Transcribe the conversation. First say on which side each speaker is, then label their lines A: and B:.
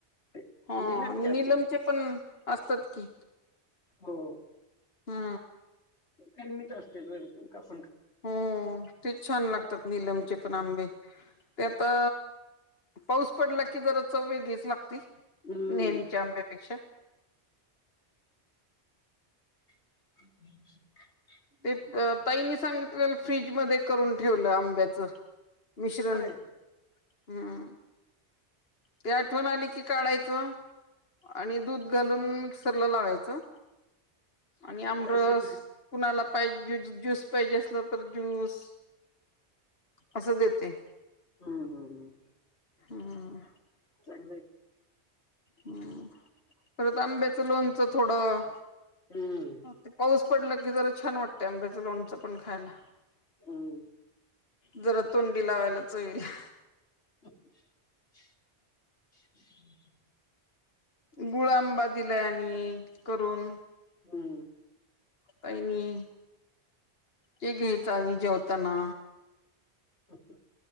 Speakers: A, on the left; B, on the left.
A: निलमते
B: हां, आणि
A: असते
B: निलमचे पण असतात की.
A: हो,
B: हा,
A: खन्मित असत्यात वयऽ <inaudible>
B: हो, तेच छान लागतात निीलमचे पण आंबे. ते आता, पाऊस पडला की जरा चव वेगळीच लागती.
A: हम्म
B: नेहमीच्या आंब्या पेक्षा.
A: क <inaudible>
B: ते, अं ताईनी सांगितलेल फ्रीज मध्ये करून ठेवलं,, आंब्याचं. मिश्रण,
A: होय
B: हम्म. ते आठवण आली की काढायचं, आणि दूध घालून मिक्सरला लावायचं. आणि आमरस,
A: रस होतोय
B: कुणालाऽ पायजे, ज्यूस पाहिजे असलं तर ज्यूस,, असं देते.
A: हम्म, हम् हम्,
B: हम्म
A: चांगलय कि.
B: हम्म, परत आंब्याचं लोणचं थोडंऽ
A: हम्म
B: ते, पाऊस पडला की जरा छान वाटतंय आंब्याचं लोणचं पण खायला.
A: हम,
B: जरा तोंडी लावायला चवीलऽ
A: ् <inaudible>
B: गुळा आंबा दिलाय आणि, करून.
A: हम्म,
B: काही नाही, ते घेयच आणि जेवताना.
A: हम्, हमं,